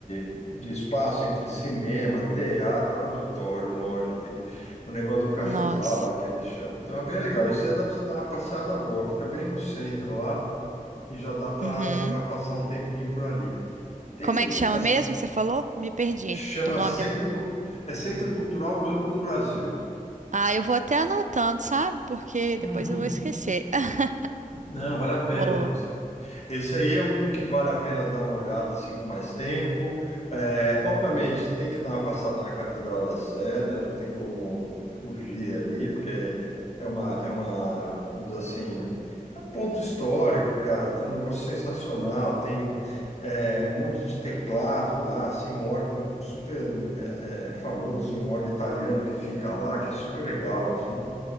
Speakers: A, on the left; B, on the right.
A: de, de espaço entre cinema, teatro, auditório, loja, tem o negócio do cafezal
B: Nós.
A: lá que eles chamam. Então é bem legal, isso aí dá para você dar uma passeada boa, fica bem no centro lá e já dá para
B: Uhum.
A: para passar um tempinho por ali. Tem
B: Como é que chama
A: as
B: mesmo? que Você falou? Me perdi.
A: Chama
B: O nome.
A: Centro, Cu- é Centro Cultural Banco do Brasil.
B: Ah, eu vou até anotando, sabe? Porque
A: Uhum.
B: depois eu vou esquecer. <laughs>
A: Não, vale a pena.
B: Boa.
A: ó. Você- Esse aí é um que vale a pena dar uma olhada assim com mais tempo. É, obviamente, tem que dar uma passada na Catedral da Sé, né? Não tem como fugir ali, porque é uma, é uma, vamos dizer assim, é um ponto histórico, cara. Tem um negócio sensacional, tem é, um monte de teclado lá, assim, um órgão super é, é, famoso, um órgão italiano que fica lá, que é super legal, assim.